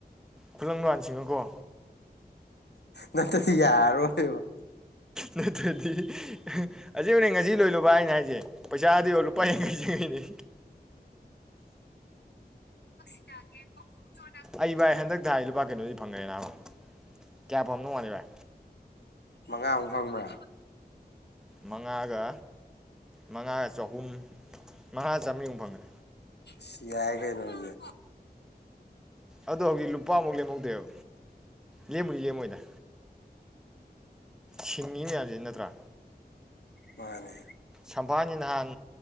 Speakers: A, in the centre; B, on the left.
A: ꯈꯨꯂꯪ ꯂꯟꯁꯤꯡꯅꯀꯣ
B: ꯅꯠꯇ ꯌꯥꯔ ꯑꯣꯏꯕ
A: ꯅꯠꯇ꯭ꯔꯗꯤ ꯑꯁꯤꯕꯅꯦ ꯉꯁꯤ ꯂꯣꯏꯂꯨꯕ ꯍꯥꯏꯅ ꯍꯥꯏꯁꯦ ꯄꯩꯁꯥꯗꯤ ꯂꯨꯄꯥ
B: ꯎꯝ
A: ꯌꯥꯡꯈꯩ ꯌꯥꯡꯈꯩꯅꯤ
B: <inaudible>
A: ꯑꯩ ꯚꯥꯏ ꯍꯟꯗꯛꯇ ꯊ ꯍꯥꯏ ꯂꯨꯄꯥ ꯀꯩꯅꯣꯗꯤ ꯐꯪꯈ꯭ꯔꯦꯅꯥꯕꯣ ꯀꯌꯥ ꯐꯝꯅꯣ ꯃꯥꯅꯤ ꯚꯥꯏ
B: ꯃꯉꯥꯃꯨꯛ ꯐꯪꯕ꯭ꯔꯥ
A: ꯃꯉꯥꯒ ꯃꯉꯥꯒ ꯆꯍꯨꯝ ꯃꯉꯥ ꯆꯥꯝꯔꯤꯃꯨꯛ ꯐꯪꯉꯦ
B: ꯁꯤ ꯌꯥꯏ ꯀꯩꯩꯅꯅꯨꯡꯦ
A: ꯑꯗꯣ ꯍꯧꯖꯤꯛ ꯂꯨꯄꯥꯃꯨꯛ ꯂꯦꯝꯍꯧꯗꯦꯕ ꯂꯦꯝꯕꯨꯅꯤ ꯂꯦꯝꯃꯣꯏꯗ ꯁꯤꯡꯃꯤ ꯃꯌꯥꯝꯁꯤ ꯅꯠꯇ꯭ꯔꯥ
B: ꯃꯥꯅꯦ
A: ꯁꯝꯐꯥꯅꯤ ꯅꯍꯥꯟ